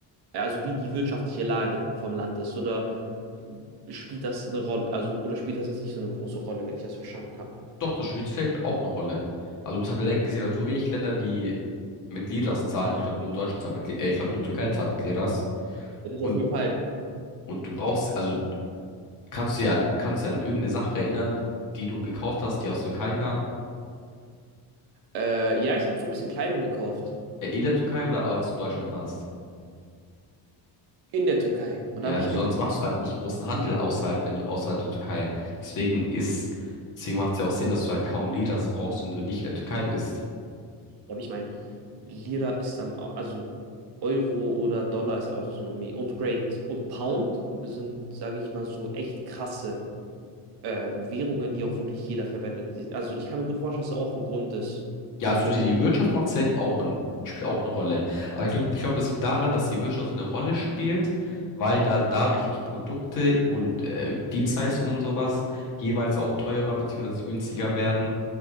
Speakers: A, on the right (about 60°); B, on the left (about 45°).
A: äh, also wie die wirtschaftliche Lage vom Land ist. Oder äh, spielt das eine Rolle, also oder spielt das jetzt nicht so eine große Rolle, wenn ich das verstanden habe?
B: doch, das spielt safe auch eine Rolle. Also du musst halt bedenken, es gibt halt so wenig Länder, die mit Liras zahlen. Ich glaube, nur Deutschland zahlt mit, Li- äh, ich glaube, nur Türkei zahlt mit Liras.
A: Das ist
B: Und,
A: auf jeden Fall.
B: und du brauchst, also kannst du ja an, kannst du ja an irgendeine Sache erinnern, die du gekauft hast, die aus Türkei kam.
A: Äh, ja, ich habe so ein bisschen Kleidung gekauft
B: Äh, in der Türkei oder als du in Deutschland warst.
A: in der Türkei. Und
B: Ja,
A: da habe ich
B: sonst
A: mit
B: machst du halt nicht großen Handel außerhalb, wenn du außerhalb der Türkei. Deswegen ist, deswegen macht es ja auch Sinn, dass du halt kaum Liras brauchst, wenn du nicht in der Türkei bist.
A: Ja, aber ich meine, Lira ist dann, au- also Euro oder Dollar ist auch so eine, Me- und Great und Pound sind, sage ich mal, so echt krasse ähm, Währungen, die auch wirklich jeder verwendet. Also ich kann mir gut vorstellen, dass es auch ein Grund ist,
B: Ja, also
A: warum.
B: die Wirtschaft macht safe auch ein, spielt auch eine Rolle. Aber ich glaube, ich glaub, das liegt daran, dass die Wirtschaft eine Rolle spielt, weil da dadurch die Produkte und äh, Dienstleistungen und sowas jeweils auch teurer beziehungsweise günstiger werden.